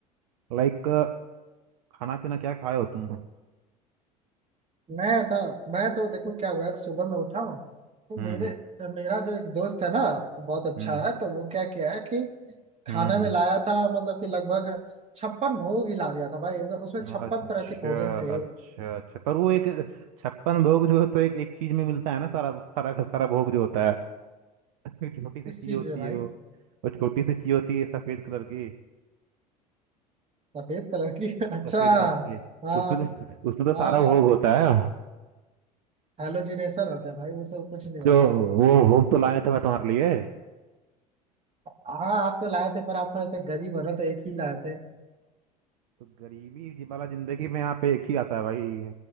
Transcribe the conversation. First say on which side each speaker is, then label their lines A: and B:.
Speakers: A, on the right (about 60°); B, on the right (about 30°).
A: लाइक खाना पीना क्या खाए हो तुम
B: मैं था मैं तो देखो क्या हुआ है, सुबह मैं उठा हूँ तो
A: हम्म
B: मेरे मेरा जो एक दोस्त है ना बहुत अच्छा
A: हम्म
B: है तो वो क्या किया है कि खाना
A: हम्म
B: में लाया था मतलब कि लगभग छप्पन भोग ही ला दिया था भाई एकदम उसमें
A: हम्म।
B: छप्पन
A: अच्छा
B: तरह के भोजन थे
A: अच्छा अच्छा पर वो एक छप्पन भोग जो तो एक एक चीज में मिलता है ना सारा सारा का सारा भोग जो होता है एक छोटी सी
B: किस
A: चीज
B: चीज
A: होती
B: में भाई
A: है वो और छोटी सी चीज होती है सफेद कलर की
B: सफेद कलर की <laughs> अच्छा
A: सफेद रंग की
B: हाँ
A: उसमें तो उसमें तो
B: हाँ
A: सारा भोग होता है
B: हेलोजिनेशन होता है भाई उससे कुछ नहीं होता
A: जो
B: है
A: वो भोग तो लाए थे मैं तुम्हारे लिए
B: हाँ आप तो लाए थे पर आप थोड़े से गरीब हो रहे तो एक ही लाए थे
A: तो गरीबी जी- वाला जिंदगी में यहाँ पे एक ही आता है भाई